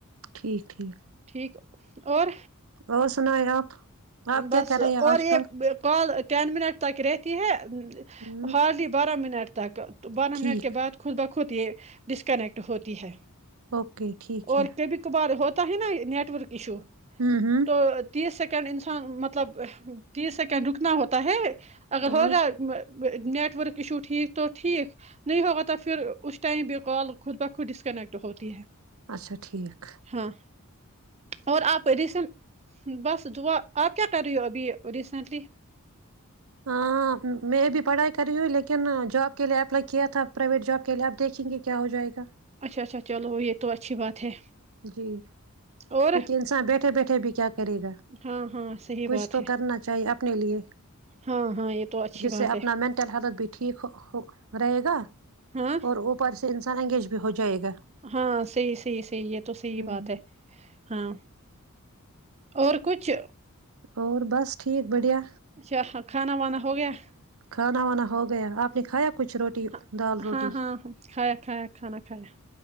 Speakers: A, on the right (about 65°); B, on the right (about 30°).
A: ٹھیک ٹھیک
B: ٹھیک اور
A: اور سنایا آپ آپ
B: بس
A: کیا کر
B: اور
A: رہے ہیں آج
B: یہ
A: کل
B: کال ٹین منٹ تک رہتی ہے
A: ہوں
B: ہارلی بارہ منٹ تاک تو بارہ
A: ٹھیک
B: منٹ کے بعد خود بخ ہوتی ہے ڈسکنیکٹ ہوتی ہے
A: اوکے ٹھیک
B: اورور
A: ہے
B: کے بھی کبار ہوتے اوت ہیں نیٹورک ایشو
A: ہوں ہوں
B: تو تیس س <unintelligible> مطلب تیس سیکنڈ رکنا ہوتا ہے آگر
A: ہاں
B: ہوگا نیٹ ورک ایشو ٹھیک تو ٹھیک نہیں ہوگا تو پھر اس ٹائم بھی کال خود بخود ڈسکنیکٹ ہوتی ہے
A: اچھا ٹھیک
B: ہاں اور آپ اریسن بس دعا آپ کیا کیا کر رہی ہو ابھی ریسینٹلی
A: ہاں میں بھی پڑھائی کر رہی ہوں لیکن جاب کے لیے اپلائی کیا تھا پرائیویٹ جاب کے لیے آپ دیکھیں گے کیا ہو جائے گا
B: اچھا اچھا چلو یہ تو اچھی بات ہے
A: جی
B: اور
A: کیونکہ انسان بیٹھے بیٹھے بھی کیا کرے گا
B: ہاں ہاں صحیح
A: کچھ
B: بات
A: تو
B: ہے
A: کرنا چاہیے اپنے لیے
B: ہاں ہاں یہ تو اچھی
A: جس
B: بات
A: سے
B: ہے
A: اپنا مینٹل ہیلتھ بھی ٹھیک رہے گا
B: ہاں
A: اور اوپر سے انسان سر انگیج بھی ہو جائے گا
B: ہاں صیح سیحی صحی ہے تو صحی
A: ہ
B: بات ہے ہاں اور کچھ
A: اور بس ٹھیک بڑھیا
B: اچھا کھانا واان ہو گیا
A: کھانا وانا ہو گیا آپ نے کھایا کچھ روٹی
B: ہاں
A: دال روٹی
B: ہاں ہاں کھایا کھایا کھانا کھایا